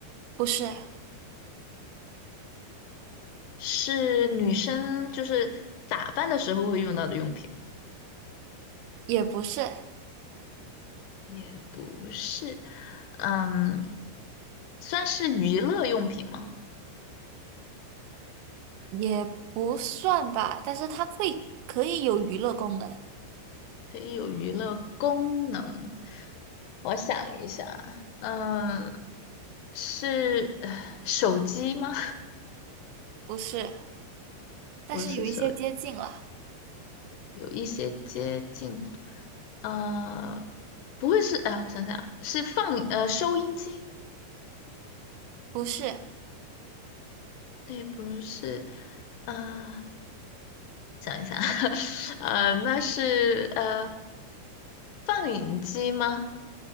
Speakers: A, on the right; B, on the left.
A: 不是，
B: 是女生就是打扮的时候会用到的用品吗？
A: 也不是，
B: 也不是，嗯，算是娱乐用品吗？
A: 也不算吧，但是它会可以有娱乐功能，
B: 可以有娱乐功能。我想一下，嗯，是呃手机吗？
A: 不是，
B: <laughs>
A: 但是有一些接近了，
B: 不是手机有一些接近，呃，不会是，哎、我想想，是放呃收音机。
A: 不是，
B: 也不是，啊，想一想，<laughs> 呃，那是呃放映机吗？